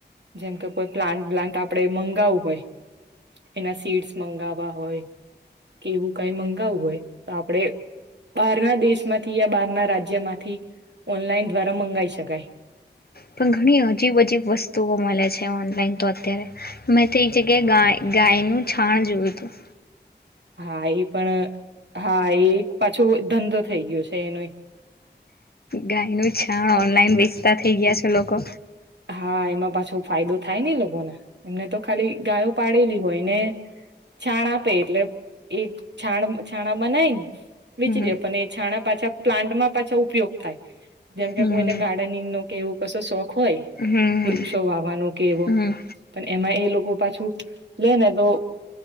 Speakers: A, on the right; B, on the left.
A: જેમ કે કોઈ પ્લાન્ટ બ્લાન્ટ આપ આપણે મંગાવું હોય એના સીડસ મંગાવવા હોય કે એવું કઈ મંગાવું હોય તો આપણે બહારના દેશમાંથી યા બહારના રાજ્યમાંથી ઓનલાઈન દ્વારા મંગાવી શકાય
B: પણ ઘણી હજીબ અજીબ વસ્તુઓ મળે છે ઓનલાઈન તો અત્યારે મેં તો એક જગ્યાએ ગાયનું છાણ જોયું હતું
A: હા એ પણ હા એ પાછો ધંધો થઈ ગયો છે એનો
B: ગાય નું છાણ ઓનલાઈન વેચતા થઈ ગયા છે લોકો
A: હા એમાં પાછો ફાયદો થાય ને લોકોને એમને તો ખાલી ગાયો પાડેલી હોયને છાણ આપે એટલે એ છાણ છાણા બનાવીને વેચી
B: હમ
A: દે પણ એ છાણા પાછા પ્લાન્ટમાં પાછા ઉપયોગ થાય જેમકે
B: હમ
A: કોઈને ગાર્ડનિંગ નો કે એવો કશો શોખ હોય
B: હમ
A: વૃક્ષો વાવાનો કે એવો
B: હમ
A: પણ એમાં એ લોકો પાછું લે ને તો